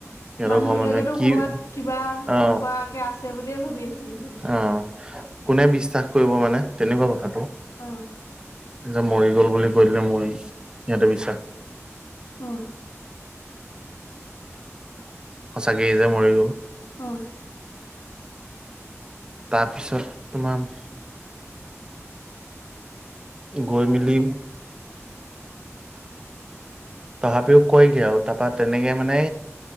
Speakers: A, on the right (about 15°); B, on the left (about 75°).
A: সিহঁতৰ
B: মানুহ
A: ঘৰৰ
B: বিলাকেতো
A: মানুহে কি
B: ক'বাত কিবা তেনেকুৱাকে
A: অ
B: আছে বুলিয়ে ভাবি আছে। চাগে চাগে।
A: অ',
B: উম,
A: কোনে বিশ্বাস কৰিব মানে তেনেকুৱা কথাটো।
B: উম, অ',
A: যে মৰি গ'ল বুলি কৈ দিলে মই সিহঁতে বিশ্বাস
B: হম।
A: সঁচাকেই যে মৰি গ'ল।
B: উম।
A: তাৰপিছত তোমাৰ গৈ মেলি তথাপিও কয়গে আৰু তাৰাপা তেনেকে মানে